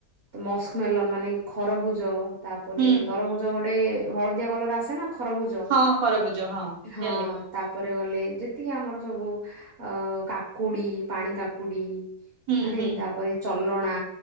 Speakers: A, on the right; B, on the right.
A: ମସ୍କମେଲନ ମାନେ ଖରଭୁଜ ତାପରେ
B: ହୁଁ
A: ତରଭୁଜ ଗୋଟେ ହଳଦିଆ କଲର ଆସେ ନା ଖରଭୁଜ
B: ହଁ ଖରବୁଜ
A: ହଁ
B: ଜାଣିଲି।
A: ତା ପରେ ଗଲେ ଯେତିକି ଆମର ସବୁ ଅ କାକୁଡି ପାଣି କାକୁଡି
B: ହୁଁ
A: ମାନେ
B: ହୁଁ
A: ତାପରେ ଚଲଣା